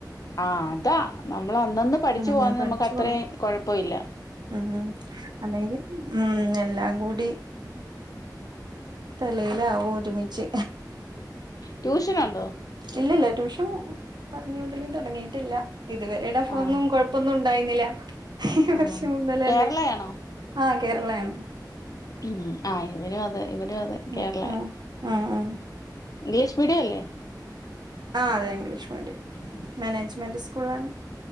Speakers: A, on the left; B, on the right.
A: ആഹ് അതാ നമ്മളന്നന്ന്പഠിച്ച്
B: ഉം
A: പോവാന്നെ
B: പഠിച്ചു
A: നമുക്കത്രേം
B: പോണം
A: കൊഴപ്പവില്ല
B: ഉം ഉം അല്ലെങ്കി ഉം എല്ലാംകൂടി തലേലാവും ഒരുമിച്ച്
A: ട്യൂഷനൊണ്ടോ?
B: ഇല്ലല്ല ട്യൂഷൻ പറ്ഞ്ഞ് വിടലും തൊടങ്ങിയിട്ടില്ല ഇതുവരെ ടെഫോന്നുംകൊഴ്
A: ആഹ്
B: ഇപ്പൊന്നുംണ്ടായീന്നല ഈ
A: ആഹ്
B: വർഷംമുതലല്ലേ
A: കേരളയാണോ
B: ആഹ് കേരളയാണ്
A: ഉം ആ ഇവനുംഅതെ ഇവരുംഅതെ
B: ഉം
A: കേരളയ
B: ഉം ഉം ഉം
A: ഇംഗ്ലീഷ്മീഡിയല്ലേ?
B: ആഹ് അതെ ഇംഗ്ലീഷ്മീഡിയം മാനേജ്മെന്റ്സ്കൂളാണ്